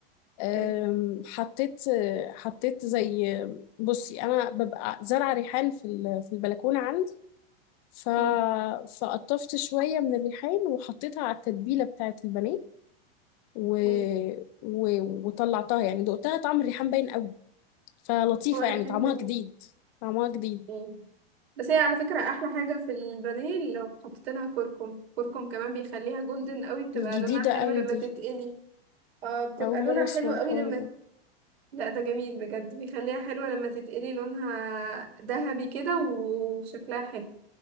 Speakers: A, on the left; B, on the right.
A: أم،
B: مم.
A: حطيت حطيت زي بصي انا ببقى زرعه ريحان في ال- في البلكونه عندي ف
B: مم.
A: فقطفت شويه من الريحان وحطيتها على التتبيله بتاعه البانيه و...
B: مم.
A: و... وطلعتها يعني دقتها طعم الريحان باين قوي فلطيفه
B: هو ريحان
A: يعني طعمها
B: جميل
A: جديد طعمها جديد
B: مم. بس هي على فكرة احلى حاجة في البانيه لو حطيت لها كركم كركم كمان بيخليها جولدن قوي بتبقى
A: جديدة
B: لونها حلو
A: قوي
B: لما
A: دي
B: تتقلي اه بتبقى
A: أول مرة
B: لونها
A: أسمع
B: حلو قوي
A: الحوار
B: لما
A: ده
B: لا ده جميل بجد بيخليها حلوة لما تتقلي لونها ذهبي كده وشكلها حلو